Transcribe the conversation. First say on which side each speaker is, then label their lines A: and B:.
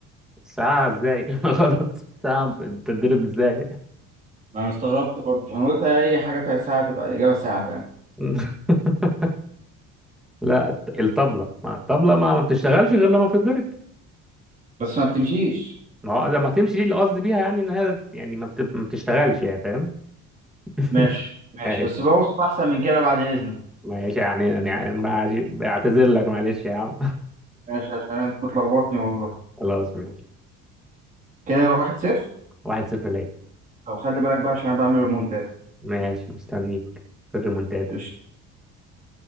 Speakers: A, in the centre; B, on the right.
A: الساعة إزاي <laughs> غلط الساعة بتتضرب إزاي
B: انا استغربت برضه انا قلت اي حاجة فيها ساعة تبقى الإجابة ساعة فاهم
A: <laughs> لا الطبلة ما الطبلة ما, ما بتشتغلش غير لما بتتضرب
B: بس ما بتمشيش
A: ما هو لما تمشي دي اللي قصدي بيها يعني ان هي يعني ما, بت... ما بتشتغلش يعني فاهم <laughs>
B: ماشي ماشي
A: ماشي
B: بس بوصف احسن من كده بعد اذنك
A: ماشي يعني يعني بعج- بعتذر لك معلش يا عم
B: ماشي عشان أنت بتلخبطني والله
A: <laughs> خلاص ماشي
B: كده واحد صفر
A: واحد صفر ليا
B: طب خلي بالك بقى عشان انا بعمل ريمونتاد
A: ماشي مستنيك في الريمونتادا
B: قشطة